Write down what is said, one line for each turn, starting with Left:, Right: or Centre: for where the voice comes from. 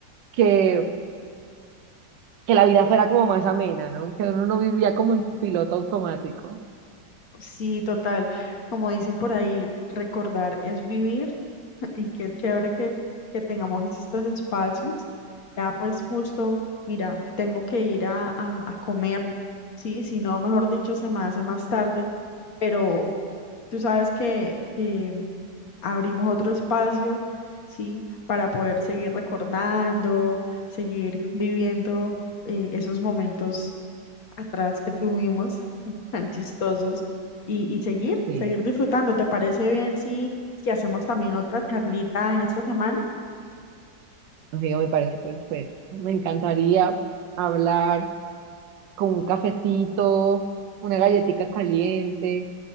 Right: que que la vida fuera como más amena, ¿no? Que uno no vivía como en piloto automático.
Left: sí, total. Como dicen por ahí, recordar es vivir <laughs> y qué chévere que, que tengamos estos espacios. Ya pues justo, mira, tengo que ir a, a, a comer, sí, si no, mejor dicho, se me hace más tarde, pero Tú sabes que, que abrimos otro espacio, ¿sí? Para poder seguir recordando, seguir viviendo eh, esos momentos atrás que tuvimos, <laughs> tan chistosos, y, y seguir,
Right: Sí,
Left: seguir disfrutando. ¿Te parece bien si, si hacemos también otra charlita en esta semana?
Right: amigo, me parece perfecto. Me encantaría hablar con un cafecito, una galletita caliente,